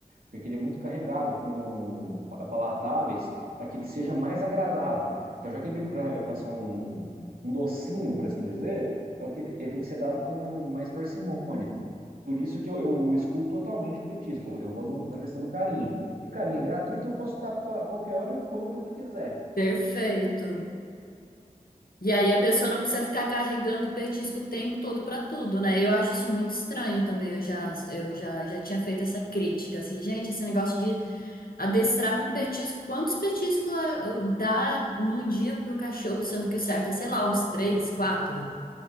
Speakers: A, on the right; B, on the left.
A: porque ele é muito carregado com pa- palatáveis para que ele seja mais agradável. Então, já que ele é para ser um, um docinho, por assim dizer, então que ele, ele tem que ser dado com mais parcimônia. Por isso que eu, eu excluo totalmente o petisco. Eu vou no- na questão do carinho. E carinho é gratuito, eu posso dar a qualquer hora e o quanto eu quiser.
B: perfeito. E aí a pessoa não precisa ficar carregando o petisco o tempo todo pra tudo, né? Eu acho isso muito estranho também. Eu já, eu já, já tinha feito essa crítica, assim, gente, esse negócio de adestrar com petisco, quantos petiscos ah, eu- dá no dia pro cachorro, sendo que o certo é, sei lá, uns três, quatro.